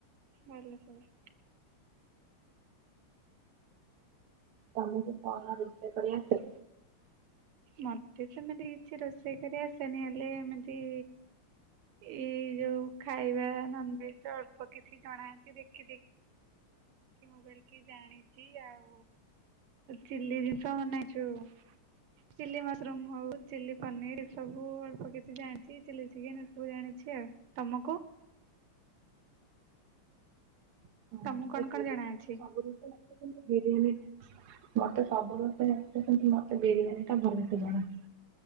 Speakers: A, on the right (about 80°); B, on the right (about 55°).
A: ମୋର ବି ସବୁ।
B: ତମେକୁ କଣ ରୋଷେଇ କରି ଆସେ?
A: ମତେ ସେମିତି କିଛି ରୋଷେଇ କରି ଆସେନି ହେଲେ ଏମିତି ଏଇ ଯୋଉ ଖାଇବା ନନଭେଜ ଅଳ୍ପ କିଛି ଜଣା ଅଛି ଦେଖି ଦେଖ ମୁଁ କିକି ଜାଣିଛି ଆଉ ଚି ଜିନିଷ ବନେଇଛୁ ଚିଲି ମସରୁମ ହଉ। ଚିଲି ପନିର ଏ ସବୁ ଅଳ୍ପ କିଛି ଜାଣିଛି ଚିଲି ଚିକେନ ଏସବୁ ଜାଣିଛି ଆଉ ତମକୁ? ତମକୁ
B: ମତେ
A: କଣ
B: ବିରିୟାନୀ
A: କଣ ଜଣା ଅଛି?
B: ମତେ ସବୁ ରୋଷେଇ ଆସେ କିନ୍ତୁ ବିରିୟାନୀ ମତେ ସବୁ ରୋଷେଇ ଆସେ କିନ୍ତୁ ମୋତେ ବିରିୟାନୀ ଟା ଭଲସେ ଜଣା।